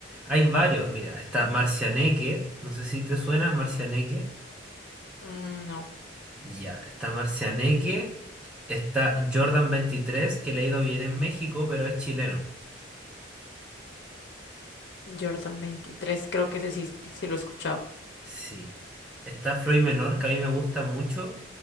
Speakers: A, in the centre; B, on the left.
A: Hay varios, mira, está Marcianeque, no sé si te suena Marcianeque.
B: Mm, no.
A: Ya, está Marcianeque, está Jordan veintitrés que le ha ido bien en México, pero es chileno.
B: Jordan 23, creo que ese sí, sí lo he escuchado.
A: Sí. Está Floyd Menor, que a mí me gusta mucho.